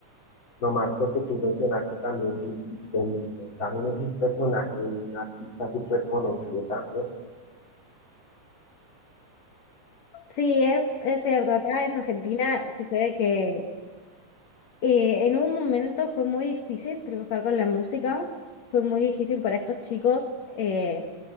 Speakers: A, on the left; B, on the left.
A: Nomás lo que tú mencionaste también, Vicky, él, él también es un personaje, un artista súper conocido también.
B: Sí, es, es cierto. Acá en Argentina sucede que Eh, en un momento fue muy difícil triunfar con la música, fue muy difícil para estos chicos eh,